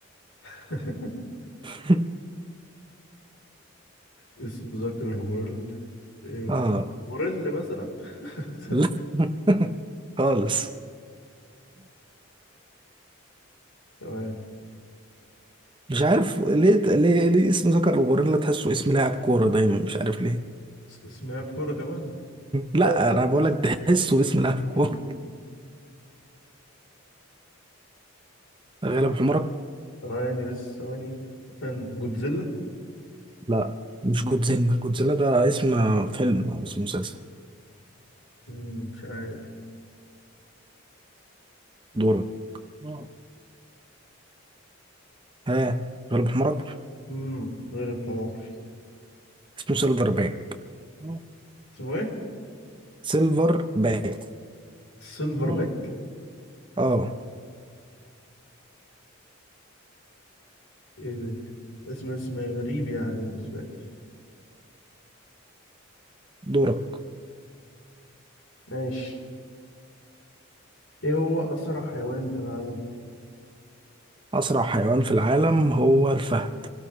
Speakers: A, on the left; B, on the right.
A: <laughs>
B: <laughs>
A: اسم ذكر الغرل إيه،
B: اه
A: غوريلا مثلا <laughs>
B: لا <laughs> خالص
A: ثواني
B: مش عارف ليه ليه ليه اسم ذكر الغوريلا تحسه اسم لاعب كورة دايما مش عارف ليه
A: اسمها بكرة كمان
B: لا
A: لا لا
B: انا بقول لك تحسه اسم لاعب
A: امم
B: كوره غالب حمرك
A: ثواني بس ثواني مثلا جودزيلا
B: لا مش جودزيلا جودزيلا ده اسم فيلم او اسم مسلسل
A: مم، مش عارف
B: دورك اه ها غالب حمرك
A: امم غير الحمار
B: اسمه سيلفر باك اه
A: اسمه ايه؟
B: سيلفر باك
A: سيلفر
B: اه
A: باك
B: اه
A: ايه ده؟ اسم اسم غريب يعني بالنسبة لي
B: دورك
A: ماشي ايه هو أسرع حيوان في العالم؟
B: اسرع حيوان في العالم هو الفهد